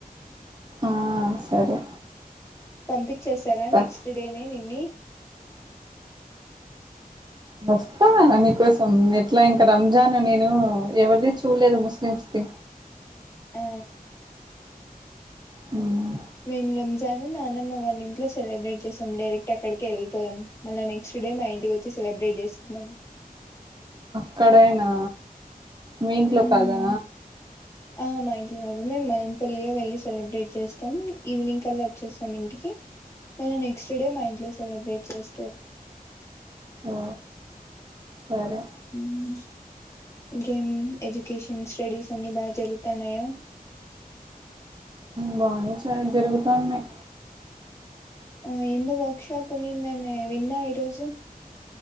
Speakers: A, on the right (about 30°); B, on the left (about 20°).
A: ఆ సరే
B: పంపించేశారా
A: వస్తా
B: నెక్స్ట్ డేనే నిన్ని
A: వస్తా మీకోసం ఎట్లా ఇంకా రంజాన్ నేను ఎవరిది చూడలేదు ముస్లిమ్స్ ది
B: ఆ
A: హ్మ్
B: మేము రంజాన్ నాన్నమ్మ వాళ్ళ ఇంట్లో సెలబ్రేట్ చేసాం డైరెక్ట్ అక్కడికి వెళ్ పోదాం మళ్ళా నెక్స్ట్ డే మా ఇంటికి వచ్చి సెలబ్రేట్ చేసుకుందాం
A: ఇ క్కడనా మీ ఇంట్లో
B: మ్మ్
A: కదా
B: ఆ మాఇంట్లో కాదు మేము మైనపల్లిలో వెళ్ళి సెలబ్రేట్ చేస్తాం. ఈవినింగ్ కల్లా వచ్చేస్తాం ఇంటికి మళ్ళా నెక్స్ట్ డే మా ఇంట్లో సెలబ్రేట్ చేస్తారు.
A: ఓ వేరే
B: మ్మ్. ఇంకేం ఎజ్యుకేషన్స్ స్టడీస్ అన్ని బాగా జరుగుతాన్నాయ
A: బాగా జరుగుతాన్నాయి.
B: ఆ ఎందు బ <unintelligible> నిన్న విన్నా ఈరోజు